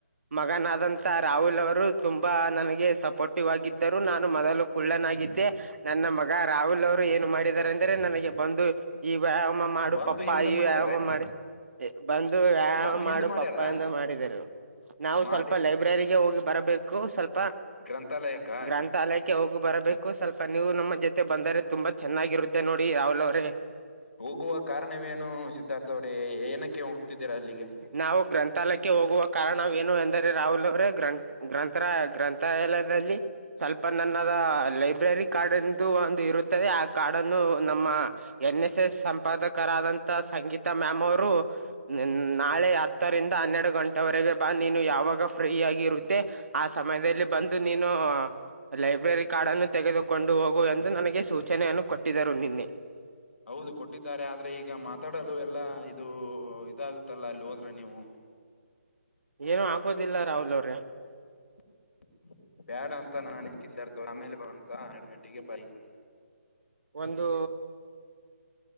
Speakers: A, on the right; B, on the left.
A: ಮಗನಾದಂತ ರಾಹುಲ್ ಅವರು ತುಂಬಾ ನನಗೆ ಸಪೋರ್ಟಿವ್ ಆಗಿದ್ದರು ನಾನು ಮೊದಲು ಕುಳ್ಳನಾಗಿದ್ದೆ ನನ್ನ ಮಗ ರಾಹುಲ್ ಅವರು ಏನು ಮಾಡಿದ್ದಾರೆ ಅಂದ್ರೆ ನನಗೆ ಬಂದು ಈ ವ್ಯಾಯಾಮ ಮಾಡು
B: ಬಂದು
A: ಪಪ್ಪ ಪ್ಪಾಯ
B: ಹಿಂದ ಮಾಡಿದ್ದಾರೆ
A: ವ್ಯಾಮ ಮಾಡಿ <unintelligible> ಬಂದು ವ್ಯಾಯಾಮ
B: ಬಂದು
A: ಮಾಡು
B: ಹಿಂದ ಮಾಡ್ಯಾರ
A: ಪಪ್ಪ ಎಂದು ಮಾಡಿದರು ನಾವು
B: ಮಾಡಿ
A: ಸ್ವಲ್ಪ ಲೈಬ್ರರಿಗೆ ಹೋಗಿ ಬರಬೇಕು ಸ್ವಲ್ಪ
B: ಗ್ರಂಥಾಲಯಕ್ಕ
A: ಗ್ರಂಥಾಲಯಕ್ಕೆ ಹೋಗಿ ಬರಬೇಕು ಸ್ವಲ್ಪ ನೀವು ನಮ್ಮ ಜೊತೆ ಬಂದರೆ ತುಂಬ ಚೆನ್ನಾಗಿರುತ್ತೆ ನೋಡಿ ರಾವುಲ್ ಅವ್ರೇ
B: ಹೋಗುವ ಕಾರಣವೇನು ಸಿದ್ಧಾರ್ಥ ಅವ್ರೇ ಏನಕ್ಕೆ ಹೋಗ್ತಿದ್ದೀರಾ ಅಲ್ಲಿಗೆ?
A: ನಾವು ಗ್ರಂಥಾಲಯಕ್ಕೆ ಕ್ಕೆ ಹೋಗುವ ಕಾರಣವೇನು ಎಂದರೆ ರಾಹುಲ್ ಅವರ ಗ್ರಂ ಗ್ರಂಥ ಗ್ರಂಥಾಲಯದಲ್ಲಿ ಸ್ವಲ್ಪ ನನ್ನದ ಲೈಬ್ರರಿ ಕಾರ್ಡ್ ಎಂದು ಒಂದು ಇರುತ್ತದೆ ಆ ಕಾರ್ಡ್ ಅನ್ನು ನಮ್ಮ ಎನ್ ಎಸ್ ಎಸ್ ಸಂಪಾದಕರಾದಂತ ಸಂಗೀತಾ ಮ್ಯಾಮ್ ಅವರು ನಿನ್ ನಾಳೆ ಹತ್ತರಿಂದ ಹನ್ನೆರಡು ಗಂಟೆವರೆಗೆ ಬಾ ನೀನು ಯಾವಾಗ ಫ್ರೀಯಾಗಿರುತ್ತೆ ಆ ಸಮಯದಲ್ಲಿ ಬಂದು ನೀನು ಲೈಬ್ರರಿ ಕಾರ್ಡ್ ಅನ್ನು ತೆಗೆದುಕೊಂಡು ಹೋಗು ಎಂದು ನನಗೆ ಸೂಚನೆಯನ್ನು ಕೊಟ್ಟಿದರು ನಿನ್ನೆ
B: ಹೌದು ಕೊಟ್ಟಿದ್ದಾರೆ ಆದ್ರೆ ಈಗ ಮಾತಾಡಲು ಎಲ್ಲಾ ಇದು ಇದಾಗುತ್ತಲ್ಲ ಅಲ್ಲಿ ಹೋದ್ರೆ ನೀವು
A: ಏನು ಆಗೋದಿಲ್ಲ ರಾಹೂಲ್ ಅವ್ರೆ
B: <inaudible> ಬೇಡ ಅಂತ ನಾನು ಅನಿಸಿಕ ಸೇರ್ತ ಆಮೇಲೆ ಬಂತ ಹನ್ನೆರಡು ಗಂಟೆಗೆ ಬ
A: ಒಂದು